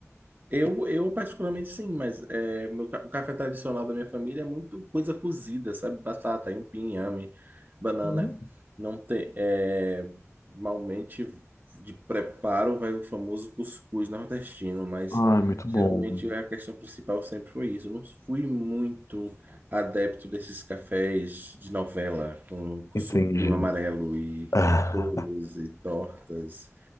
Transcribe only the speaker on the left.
Hum.
Ah, muito
bom.
Entendi.
<laughs>
Ah,